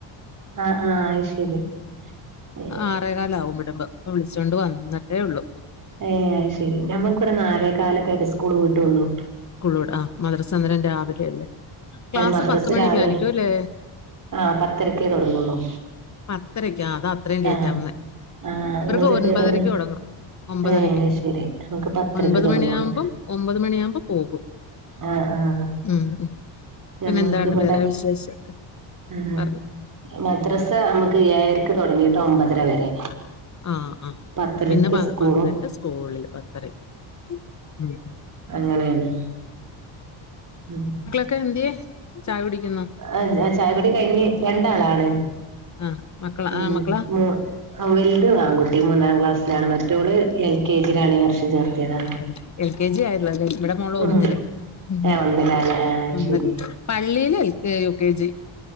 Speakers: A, on the right; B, on the left.
A: ആഹ് ആഹ് അത് ശരി ഏഹ്
B: ആറേകാല് ആവും വിടുമ്പോ ഇപ്പോ വിളിച്ചോണ്ട് വന്നിട്ടേള്ളു
A: ഏഹ് അയ്ശെരി ഞമ്മക്ക്‌ ഇവടെ നാലേ കാലൊക്കെ ആയിട്ടെ സ്കൂള് വിടുള്ളു.
B: <unintelligible> ആഹ് മദ്രസന്നേരം രാവിലെ ല്ലേ. ക്ലാസ്
A: മദ്രസ്
B: പത്ത്‌ മണിക്കായിരിക്കും
A: രാവിലെ
B: അല്ലേ.
A: ആഹ് പത്തരക്കേ തൊടങ്ങൊള്ളൂ
B: പത്തരക്ക് ആ അതാ അത്രയും ലേറ്റ്
A: ആഹ്
B: ആവുന്നെ
A: ആഹ്
B: ഇവർക്ക്
A: നിങ്ങൾതെപ്പഴാ
B: ഒൻപതരക്കൊടങ്ങും.
A: തൊടങ്ങ
B: ഒമ്പതരയ്ക്ക്
A: ഏഹ് ശരി നമുക്ക് പത്തരക്ക്
B: ഒൻപത്
A: തൊടങ്ങും
B: മണിയാമ്പം ഒമ്പത് മണിയാമ്പം പോകും
A: ആഹ് ആഹ്
B: ഉം ഉം പിന്നെ
A: ഞമ്മക്ക്
B: എന്താണ്
A: ഇവിടെ
B: വേറെ വിശേഷൊക്കെ
A: ആഹ്
B: പർഞ്ഞോ
A: മദ്രസ അമ്മക്ക് ഏഴരക്ക് തൊട്ങ്ങിട്ട് ഒമ്പതര വരെ
B: ആഹ് ആഹ്
A: പത്തരക്ക്
B: പിന്നെ വ
A: സ്കൂളും
B: വന്നിട്ട് സ്കൂളില് പത്തരക്ക് ഉം
A: അങ്ങനേണ് ഉം
B: ക്കന്ത്യേ ചായുടിക്ക്ന്ന്
A: ആഹ് ചായക്കുടി കഴിഞ്ഞ് രണ്ടാളാണ്
B: ആ മക്കള
A: ഉം
B: ആ മക്കളാ
A: മൂ വൽത് ആൺകുട്ടി മൂന്നാം ക്ലാസ്സ്ലാണ്. മറ്റോള് എൽ കെ ജി ലാണ് ഇ വർഷം <unintelligible> ചേർത്തിയതാ
B: എ എൽ കെ ജി ആയുള്ളു അല്ലെ ഇവിടെ മോള്
A: ഉം
B: ഒന്നില് ഉം
A: ഏഹ് ഒന്നിലാണ് ആഹ് ശരി
B: പള്ളീല് എൽ യു കെ ജി